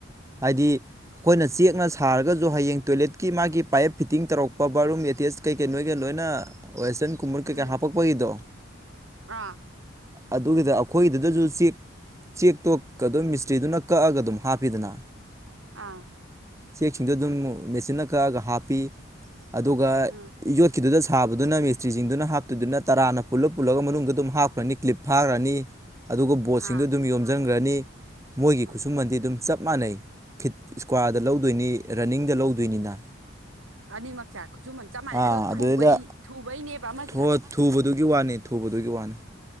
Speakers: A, on the right (about 15°); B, on the right (about 85°).
A: ꯍꯥꯏꯗꯤ ꯑꯩꯈꯣꯏꯅ ꯆꯦꯛꯅ ꯁꯥꯔꯒꯁꯨ ꯍꯌꯦꯡ ꯇꯣꯏꯂꯦꯠꯀꯤ ꯃꯥꯒꯤ ꯄꯥꯏꯞ ꯐꯤꯠꯇꯤꯡ ꯇꯧꯔꯛꯄ ꯕꯥꯠꯔꯨꯝ ꯑꯦꯇꯦꯁ ꯀꯩꯀꯩ ꯅꯣꯏꯒ ꯂꯣꯏꯅ ꯋꯦꯁꯇꯔꯟ ꯀꯨꯝꯃꯨꯠ ꯀꯩ
B: ꯎꯝ
A: ꯀꯩ ꯍꯥꯞꯄꯛ ꯄꯩꯗꯣ
B: ꯑꯥ
A: ꯑꯗꯨꯒꯤꯗ ꯑꯩꯈꯣꯏꯒꯤꯗꯨꯗꯁꯨ ꯆꯦꯛ ꯆꯦꯛ ꯇꯣ ꯑꯗꯨꯝ ꯃꯤꯁꯇ꯭ꯔꯤꯗꯨꯅ ꯀꯛꯑꯒ ꯑꯗꯨꯝ ꯍꯥꯞꯄꯤꯗꯅ
B: ꯑꯥ
A: ꯆꯦꯛꯁꯤꯡꯗꯣ ꯑꯗꯨꯝ ꯃꯦꯆꯤꯟꯅ ꯀꯛꯑꯒ ꯍꯥꯞꯄꯤ ꯑꯗꯨꯒ
B: ꯎꯝ
A: ꯌꯣꯠꯀꯤꯗꯨꯗ ꯁꯥꯕꯗꯨꯅ ꯃꯦꯁꯇ꯭ꯔꯤꯁꯤꯡꯗꯨꯅ ꯍꯥꯞꯇꯣꯏꯗꯨꯅ ꯇꯔꯥꯅ ꯄꯨꯜꯂ ꯄꯨꯜꯂꯒ ꯃꯅꯨꯡꯗ ꯑꯗꯨꯝ ꯍꯥꯞꯈ꯭ꯔꯅꯤ ꯀ꯭ꯂꯤꯞ ꯐꯥꯈ꯭ꯔꯅꯤ ꯑꯗꯨꯒ ꯕꯣꯠꯁꯤꯡꯗꯨ
B: ꯑꯥ
A: ꯑꯗꯨꯝ ꯌꯣꯝꯁꯤꯟꯈ꯭ꯔꯅꯤ ꯃꯣꯏꯒꯤ
B: ꯎꯝ
A: ꯈꯨꯠꯁꯨꯃꯟꯗꯤ ꯑꯗꯨꯝ ꯆꯞ ꯃꯥꯟꯅꯩ ꯐꯤꯠ ꯏꯁꯀ꯭ꯋꯥꯔꯗ ꯂꯧꯗꯣꯏꯅꯤ ꯔꯟꯅꯤꯡꯗ ꯂꯧꯗꯣꯏꯅꯤꯅ
B: ꯑꯅꯤꯃꯛ ꯆꯥꯏ ꯈꯨꯠꯁꯨꯃꯟ ꯆꯞ ꯃꯥꯟꯅꯩ
A: ꯑ
B: ꯑꯗꯣ ꯊꯨꯕꯩ
A: ꯑꯗꯨꯗꯩꯗ
B: ꯊꯨꯕꯩꯅꯦꯕ ꯑꯃ
A: ꯍꯣ ꯊꯨꯕꯗꯨꯒꯤ ꯋꯥꯅꯤ ꯊꯨꯕꯗꯨꯒꯤ ꯋꯥꯅꯤ